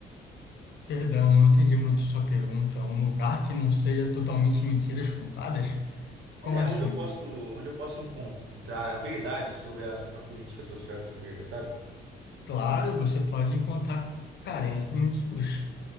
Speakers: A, on the left; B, on the right.
A: Perdão, eu não entendi muito sua pergunta. Um lugar que não seja totalmente mentiras contadas? Como
B: É
A: assim?
B: onde eu posso, onde eu posso encontrar a verdade sobre a, a política social de esquerda, sabe?
A: Claro, você pode encontrar, cara, em livros.